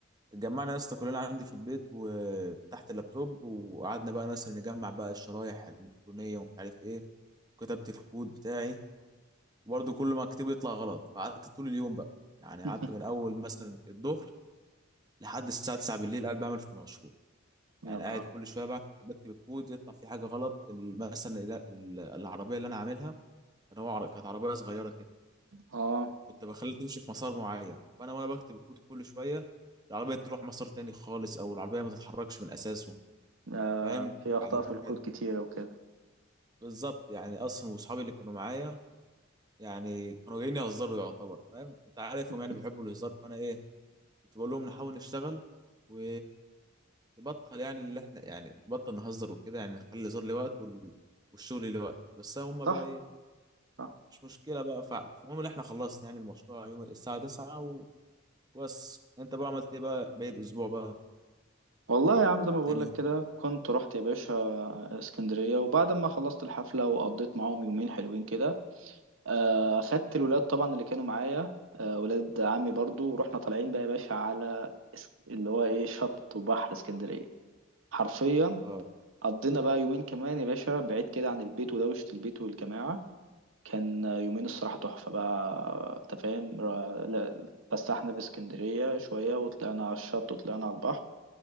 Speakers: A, on the right; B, on the right.
A: اتجمعنا يا اسطى كلنا عندي في البيت وفتحت اللابتوب وقعدنا بقى مثلا نجمع بقى الشرايح الالكترونيه ومش عارف ايه كتبت الكود بتاعي وبرضه كل ما اكتبه يطلع غلط فقعدت طول اليوم بقى يعني
B: <laughs>
A: قعدت من اول مثلا الظهر لحد الساعه 9 بالليل قاعد بعمل في المشروع يعني
B: يا نهار
A: قاعد كل شويه بقى بكتب الكود يطلع في حاجه غلط ال- مثلا ال- ال- العربيه اللي انا عاملها انا هو عر- كانت عربيه صغيره كده
B: اه
A: كنت بخليها تمشي في مسار معين فانا وانا بكتب الكود كل شويه العربيه تروح مسار تاني خالص او العربيه ما تتحركش من اساسه
B: آه،
A: فاهم
B: في اخطاء
A: يعني
B: في
A: دي
B: الكود
A: كانت
B: كتيره وكده
A: بالظبط يعني اصلا واصحابي اللي كانوا معايا يعني كانوا جايين يهزروا يعتبر فاهم انت عارفهم
B: <laughs>
A: يعني بيحبوا الهزار فانا ايه كنت بقول لهم نحاول نشتغل و نبطل يعني اللي احنا يعني نبطل نهزر وكده يعني نخلي الهزار ليه وقت وال... والشغل ليه وقت بس هم
B: صح
A: بقى ايه
B: صح
A: مش مشكله بقى ف- فالمهم ان احنا خلصنا يعني المشروع يوم الساعه 9 و- وبس انت بقى عملت ايه بقى باقي الاسبوع بقى
B: والله يا عم زي ما بقول
A: تاني
B: لك كده كنت رحت يا باشا اسكندريه وبعد ما خلصت الحفله وقضيت معاهم يومين حلوين كده آه، خدت الولاد طبعا اللي كانوا معايا آه، ولاد عمي برضو ورحنا طالعين بقى يا باشا على اس- اللي هو ايه شط وبحر اسكندرية حرفيا
A: اه
B: قضينا بقى يومين كمان يا باشا بعيد كده عن البيت ودوشة البيت والجماعة كان يومين الصراحة تحفة بقى انت فاهم را- لا، اتفسحنا في اسكندرية شوية وطلعنا على الشط وطلعنا على البحر